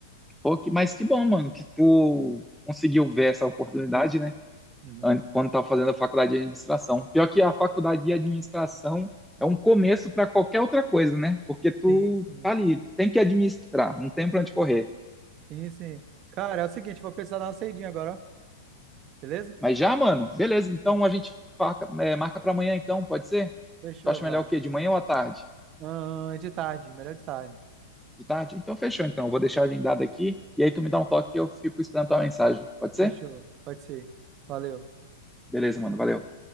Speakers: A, in the centre; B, on the right.
A: Pô, que- mas que bom, mano, que tu conseguiu ver essa oportunidade, né?
B: Uhum.
A: an- quando estava fazendo a faculdade de administração. Pior que a faculdade de administração é um começo para qualquer outra coisa, né? Porque tu
B: Sim, sim.
A: tá ali, tem que administrar, não tem para onde correr.
B: Sim, sim. Cara, é o seguinte, vou precisar dar uma saidinha agora, ó. beleza?
A: Mas já, mano, beleza,
B: Sim,
A: então
B: sim.
A: a gente marca, é, marca para amanhã, então, pode ser?
B: Fechou,
A: Tu acha
B: cara.
A: melhor o quê? De manhã ou à tarde?
B: Ah, é de tarde, melhor de tarde.
A: De tarde? Então fechou, então. Eu vou deixar agendado aqui e aí tu me dá um toque e eu fico esperando tua mensagem. Pode ser?
B: Fechou. Pode ser. Valeu.
A: Beleza, mano, valeu.